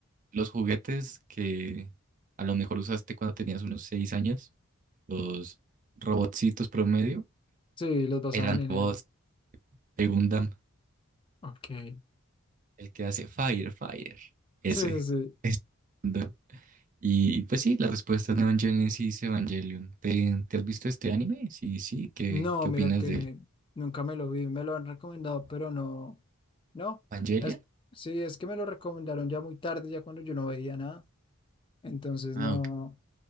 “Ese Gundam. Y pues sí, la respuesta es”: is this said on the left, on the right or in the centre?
Right